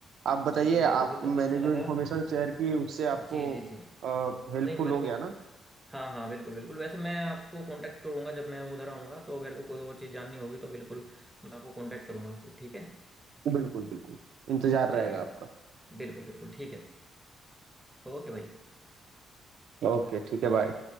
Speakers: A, on the right; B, in the centre.
A: आप बताइए
B: चलिए मेरे
A: आप
B: को भी
A: मैंने
B: काफ़ी अच्छा लगा
A: जो इन्फॉर्मेशन शेयर की उससे आपको
B: जी जी जी
A: हेल्पफुल
B: नहीं मेरे
A: हो
B: को
A: गया ना?
B: हाँ हाँ बिल्कुल बिल्कुल वैसे मैं आपको कांटेक्ट करूंगा जब मैं उधर आऊंगा तो मेरे को कोई और चीज़ जाननी होगी तो बिल्कुल मैं आपको कांटेक्ट करूंगा ठीक है
A: बिल्कुल, बिल्कुल। इंतज़ार
B: हाँ चलिए
A: रहेगा आपका।
B: बिल्कुल बिल्कुल ठीक है ओके भाई
A: ओके, ठीक है, बाय।